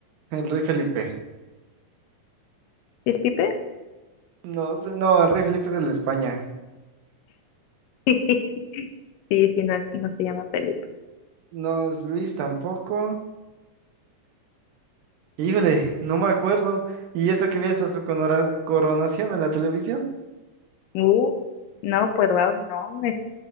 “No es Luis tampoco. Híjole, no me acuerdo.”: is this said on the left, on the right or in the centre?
Right